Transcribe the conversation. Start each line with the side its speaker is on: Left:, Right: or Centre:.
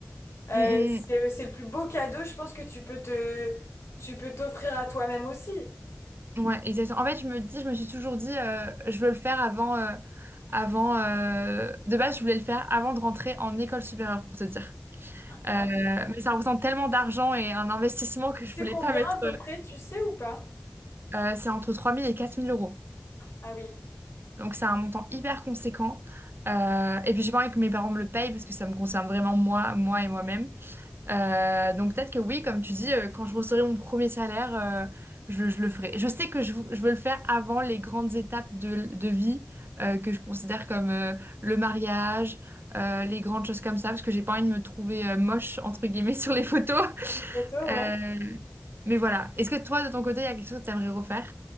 Left: euh,
Right: Mm, mm,
Left: c'est,
Right: mm.
Left: c'est le plus beau cadeau, je pense, que tu peux te, tu peux t'offrir à toi-même aussi.
Right: Ouais, exactement. En fait, je me dis, je me suis toujours dit, euh, je veux le faire avant, euh, avant. euh, De base, je voulais le faire avant de rentrer en école supérieure, pour te dire. Euh,
Left: Ah oui.
Right: mais ça représente tellement d'argent et un investissement que je
Left: C'est
Right: voulais
Left: combien
Right: pas mettre.
Left: à peu près, tu sais ou pas?
Right: euh, c'est entre trois mille et quatre mille euros.
Left: Ah oui.
Right: Donc, c'est un montant hyper conséquent. Euh, et puis, j'ai pas envie que mes parents me le payent parce que ça me concerne vraiment moi, moi et moi-même. Euh, donc peut-être que oui, comme tu dis, euh, quand je recevrai mon premier salaire, euh, je, je le ferai. Je sais que je, vou- je veux le faire avant les grandes étapes de, de vie euh, que je considère comme euh, le mariage, euh, les grandes choses comme ça, parce que j'ai pas envie de me trouver euh, moche, entre guillemets, <laughs> sur les photos.
Left: Ces photos,
Right: Euh,
Left: ouais.
Right: mais voilà. Est-ce que toi, de ton côté, il y a quelque chose que tu aimerais refaire?